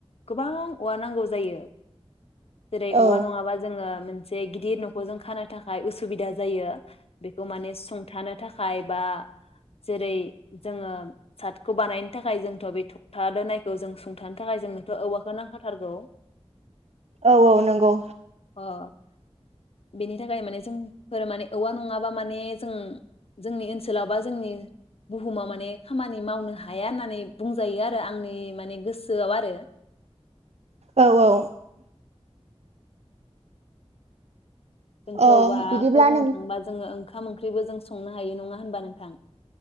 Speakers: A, on the left; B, on the right.
A: गोबां औवा नांगौ जायो। जेरै
B: औ
A: औवा नङाबा जोङो मोन से गिदिर नखौ जों खानो थाखाय उसुबिदा जायो बेखौ माने सुंथानो थाखाय थाखाय बा जेरै जोङो सातखौ बानायनो थाखाय जोंथ' बे थखथा दोनायखौ जों सुंथानो थाखाय जोंनोथ' औवाखौ नांखाथारगौ।
B: औ औ नंगौ
A: अ बेनि थाखाय माने जोंफोर माने औवा नङाबा माने जों जोंनि ओनसोलाव बा जोंनि बुहुमाव माने खामानि मावनो हाया होननानै बुंजायो आरो आंनि माने गोसोआव आरो
B: औ औ।
A: जोंथ
B: अ
A: औवाखौ
B: बिदिब्ला
A: बुंनो
B: नों
A: थाङोबा जोङो ओं ओंखाम ओंख्रिबो जों संनो हायो नङा होनबा नोंथां।